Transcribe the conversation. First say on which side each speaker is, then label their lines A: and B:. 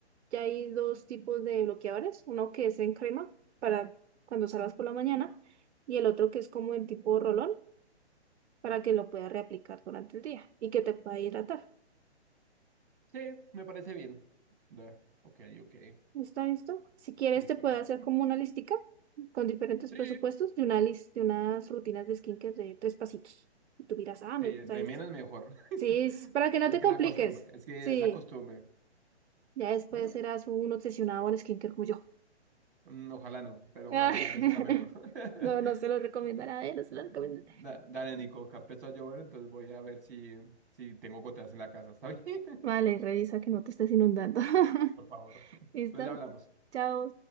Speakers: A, on the right; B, on the right.
A: Ya hay dos tipos de bloqueadores, uno que es en crema para cuando salgas por la mañana y el otro que es como en tipo rolón para que lo puedas reaplicar durante el día y que te pueda hidratar.
B: sí, me parece bien. Da, ok, ok.
A: ¿Está listo? Si quieres
B: Listo.
A: te puedo hacer como una listica con diferentes
B: Sí,
A: presupuestos de una lis- de unas rutinas de skincare de tres pasitos. Y tú dirás, ah,
B: de,
A: me gusta
B: de
A: esta.
B: menos mejor. <laughs>
A: Sí, sí, para que no
B: Es
A: te
B: que
A: compliques.
B: la costumbre, es que
A: Sí,
B: es la costumbre.
A: ya después
B: Bueno,
A: serás un obsesionado al skincare como yo.
B: mm, ojalá no, pero
A: <laughs>
B: ojalá me sienta mejor. <laughs>
A: No, no se los recomiendo a nadie, no se
B: Da-
A: los recomiendo
B: Dale, Nico, que empezó a llover, entonces voy a ver si, si tengo goteras en la casa, ¿está bien? <laughs>
A: Vale, revisa que no te estés inundando.
B: Por favor.
A: <laughs>
B: Entonces
A: ¿Listo?
B: ya hablamos.
A: Chao.